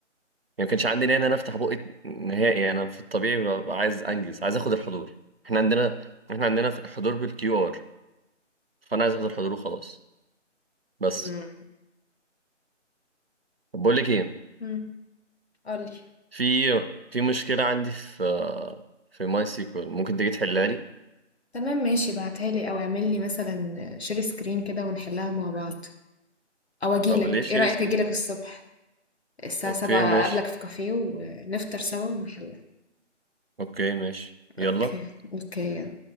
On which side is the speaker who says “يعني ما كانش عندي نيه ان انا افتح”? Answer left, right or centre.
Right